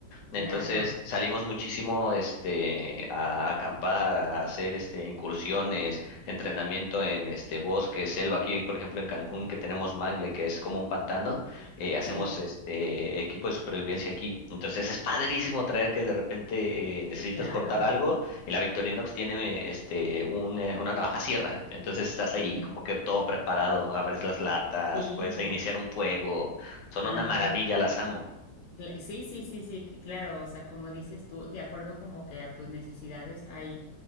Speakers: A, on the left; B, on the left.
A: Entonces
B: claro,
A: salimos muchísimo este, a acampar, a hacer este, incursiones, entrenamiento en este, bosque, selva. Aquí, por ejemplo, en Cancún, que tenemos mangle, que es como un pantano, eh, hacemos
B: sí,
A: este equipo de supervivencia aquí. Entonces es padrísimo traer que de repente eh, necesitas
B: claro,
A: cortar algo. Y la Victorinox tiene este, un, eh, una navaja sierra. Entonces estás ahí
B: sí,
A: como que todo preparado. Abres las latas,
B: sí,
A: puedes iniciar un fuego. Son
B: ándale.
A: una maravilla, las amo.
B: Cla- Sí, sí, sí, sí, que claro, o sea, como dices tú, de acuerdo como que a tus necesidades hay,